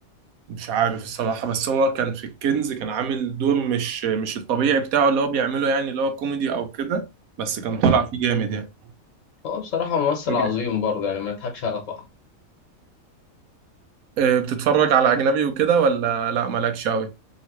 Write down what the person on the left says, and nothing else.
مم.
هو بصراحة ممثل
عظيم برضه يعني ما يضحكش على بعض